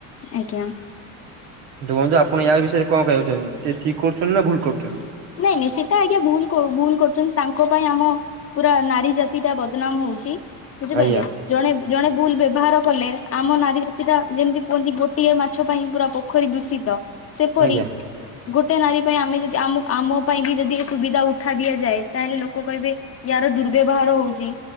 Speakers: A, on the left; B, on the right.
A: ଆଜ୍ଞା।
B: ଦେଖନ୍ତୁ ଆପଣ ୟା ବିଷୟରେ କଣ କହିବାକୁ ଚାହୁଚନ୍ତି ସେ ଠିକ କରୁଚନ୍ତି ନା ଭୁଲ କରୁଚନ୍ତି?
A: ନିଶ୍ଚିତ ଆଜ୍ଞା ଭୁଲ କ ଭୁଲ କରୁଚନ୍ତି ତାଙ୍କ ପାଇଁ ଆମ ପୁରା ନାରୀ ଜାତିଟା ବଦନାମ ହୋଉଚି। ବୁଝି
B: ଆଜ୍ଞା
A: ପାଇଲେ ଜଣେ ଜଣେ ବୁଲ ବ୍ୟବହାର କଲେ ଆମ ନାରୀ ଜାତି ଟା ଯେମିତି କୁହନ୍ତି ଗୋଟିଏ ମାଛ ପାଇଁ ପୁରା ପୋ ପୋଖରୀ ଦୂଷିତ ସେପରି
B: ଆଜ୍ଞା
A: ଗୋଟେ ନାରୀ ପାଇଁ ଆମେ ଯ ଆମକୁ ଆମ ପାଇଁ ବି ଯଦି ଏ ସୁବିଧା ଉଠା ଦିଆଯାଏ ତାହେଲେ ଲୋକ କହିବେ ୟାର ଦୁର୍ବ୍ୟବହାର ହୋଉଚି।